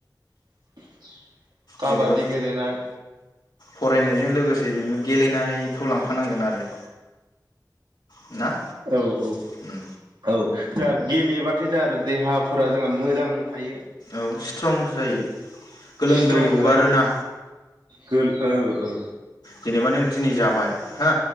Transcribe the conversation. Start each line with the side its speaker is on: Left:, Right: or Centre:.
Right: <inaudible>
Left: जेनेबा
Right: गेलेनाय
Left: फरायनायजों लोगोसे जे नोंङो गेलेनायखौ लांफानांगोन आरो ना
Right: औ औ
Left: उम
Right: औ दा गेलेयोबाथाय जों देहाफोरा जोंहा मोजां थायो
Left: औ सिथ्रं जायो गोलोमदै
Right: स्ट्रं
Left: गगारोना
Right: जायो गोल औ औ
Left: जेनेबा नों दिनै जाबाय हो